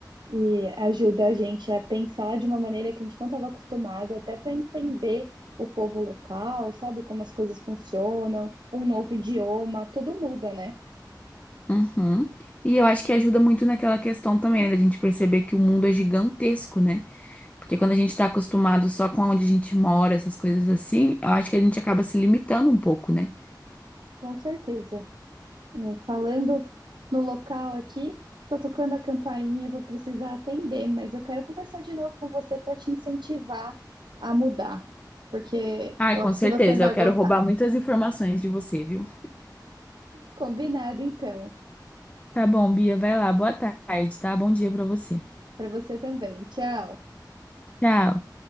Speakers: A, on the right; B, on the left.
A: e ajuda a gente a pensar de uma maneira que a gente não estava acostumado, até para entender o povo local, sabe como as coisas funcionam, um novo idioma, tudo muda, né?
B: Uhum. E eu acho que ajuda muito naquela questão também, né, da gente perceber que o mundo é gigantesco, né? Porque quando a gente tá acostumado só com onde a gente mora, essas coisas assim, eu acho que a gente acaba se limitando um pouco, né?
A: Com certeza. É, falando no local aqui, tô tocando a campainha, vou precisar atender, mas eu quero conversar de novo com você para te incentivar a mudar, porque
B: Ai,
A: eu
B: com
A: acho
B: certeza.
A: que você vai
B: Eu quero
A: gostar.
B: roubar muitas informações de você, viu?
A: Combinado, então,
B: Tá bom, Bia, vai lá. Boa tarde, tá? Bom dia pra você.
A: para você também. Tchau.
B: Tchau.